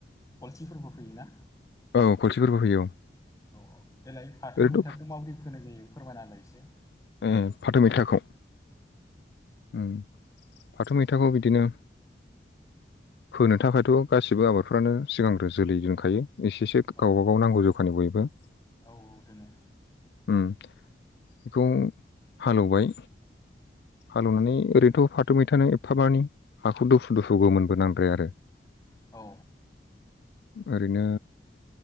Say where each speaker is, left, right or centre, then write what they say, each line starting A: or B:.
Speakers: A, on the left; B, on the left.
A: गलथिफोरबो फैयोना
B: औ खलथिफोरबो फैयो औ।
A: औ औ देलाय फाथो
B: ओरैनोथ'
A: मैथाखौ माबोरै फोनाय जायो फोरमायनालाय इसे।
B: ओम फाथो मैथाखौ उम। फाथो मैथाखौ बिदिनो फोनो थाखायथ' गासिबो आबादफ्रानो सिगांग्रो जोलै दोनखायो। एसेसो
A: औ
B: गावबागाव नांगौ जखानि बयबो।
A: औ दोनो
B: होम बेखौ हालौबाय। हालौनानै ओरैनोथ' फाथो मैथानो एफाबानि हाखौ दोफु दुफु गोमोनबो नांद्राया आरो।
A: औ।
B: ओरैनो